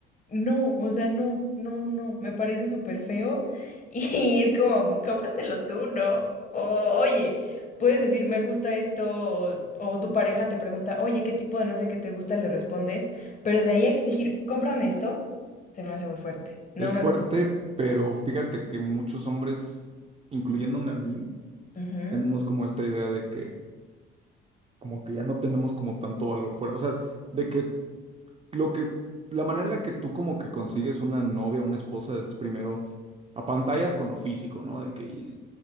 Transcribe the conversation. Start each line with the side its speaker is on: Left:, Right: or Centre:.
Left: No, o sea, no, no, no, me parece súper feo <laughs> y es como, cómpratelo tú, ¿no? O, oye, puedes decir, me gusta esto, o, o tu pareja te pregunta, oye, ¿qué tipo de no sé qué te gusta? Le respondes, pero de ahí a exigir, cómprame esto, se me hace muy fuerte, no
Right: Es
Left: me
Right: fuerte,
Left: gusta.
Right: pero fíjate que muchos hombres, incluyéndome a mí,
Left: Ujú,
Right: tenemos como esta idea de que como que ya no tenemos como tanto valor fuera. O sea, de que lo que, la manera en la que tú como que consigues una novia, una esposa, es primero a pantallas con lo físico, ¿no? De que,